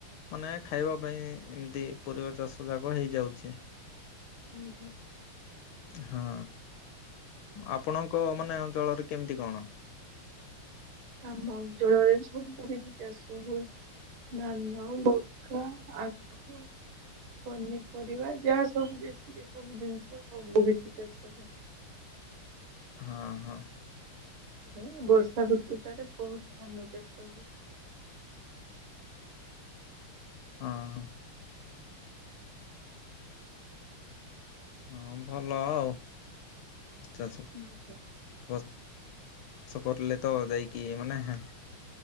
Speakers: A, on the left (about 75°); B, on the right (about 70°).
A: ମାନେ ଖାଇବା ପାଇଁ ଏମିତି ପରିବା ଚାଷ ଯାକ ହେଇଯାଉଛି।
B: ଆଜ୍ଞା।
A: ହାଁ ଆପଣଙ୍କ ମାନେ ଅଞ୍ଚଳରେ କେମିତି କଣ।
B: ଆମ ଅଞ୍ଚଳ ରେ ସବୁ କଛି ଚାଷ ହୁଏ। ଧାନ‌ ମୁଗ ଆଖୁ। ପନିପରିବା ଯା ସବୁ ଯେତିକି ସବୁ ଜିନିଷ ସବୁ କିଛି ଚାଷ ହୁଏ।
A: ହଁ ହଁ।
B: ହୁଁ ବର୍ଷା ଋତୁ ଟାରେ ବହୁତ ଧାନ ଚାଷ ହୁଏ।
A: ହଁ। ହଁ ଭଲ ଆଉ ଚାଷ।
B: ଆଜ୍ଞା।
A: ବ ଚାଷ କରିଲେ ତ ଯାଇକି ମାନେ ହେଁ।